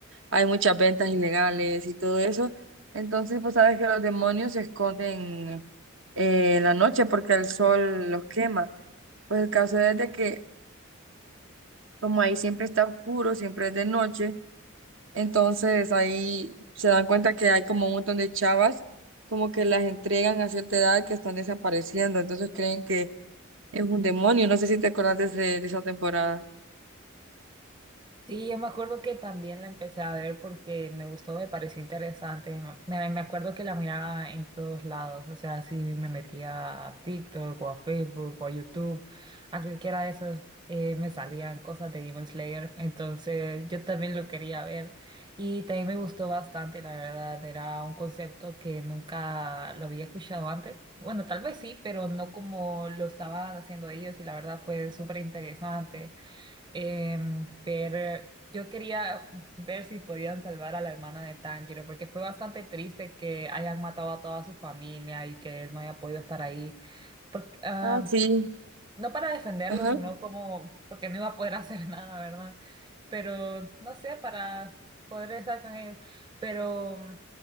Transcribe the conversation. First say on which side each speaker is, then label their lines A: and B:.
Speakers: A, on the right; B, on the right.
A: hay muchas ventas ilegales y todo eso. Entonces, pues sabes que los demonios se esconden eh, en la noche porque el sol los quema. Pues el caso es de que como ahí siempre está oscuro, siempre es de noche. Entonces ahí se dan cuenta que hay como un montón de chavas, como que las entregan a cierta edad que están desapareciendo, entonces creen que es un demonio. No sé si te acordás de, ese- de esa temporada.
B: Sí, yo me acuerdo que también la empecé a ver porque me gustó, me pareció interesante. Me, me acuerdo que la miraba en todos lados, o sea, si me metía a TikTok o a Facebook o a YouTube, a cualquiera de esos eh, me salían cosas de Demon Slayer, entonces yo también lo quería ver y también me gustó bastante, la verdad, era un concepto que nunca lo había escuchado antes. Bueno, tal vez sí, pero no como lo estaban haciendo ellos y la verdad fue súper interesante. Em, pero yo quería ver si podían salvar a la hermana de Tanjiro, porque fue bastante triste que hayan matado a toda su familia y que él no haya podido estar ahí. Porque, ah,
A: Ah, sí,
B: no para defenderlo,
A: Ajá.
B: sino como porque no iba a poder hacer <laughs> nada, ¿verdad? Pero no sé, para poder estar con ellos. Pero mm,